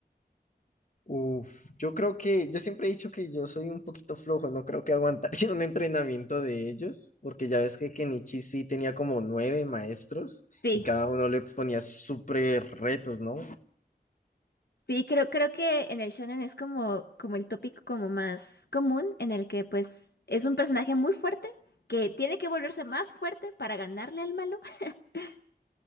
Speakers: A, on the left; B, on the left.
A: Uf, yo creo que, yo siempre he dicho que yo soy un poquito flojo, no creo que aguantaría <laughs> un entrenamiento de ellos, porque ya ves que Kenichi sí tenía como nueve maestros
B: Sí,
A: y cada uno le ponía súper retos, ¿no?
B: sí, creo, creo que en el shonen es como, como el tópico como más común, en el que pues es un personaje muy fuerte que tiene que volverse más fuerte para ganarle al malo. <laughs>